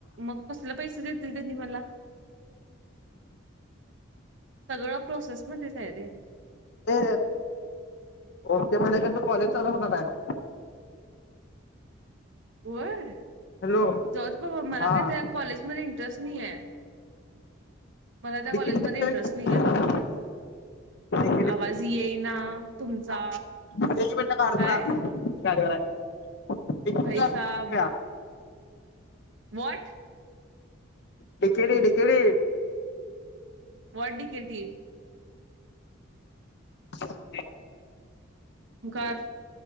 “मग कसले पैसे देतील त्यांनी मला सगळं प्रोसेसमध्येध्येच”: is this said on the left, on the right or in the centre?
Right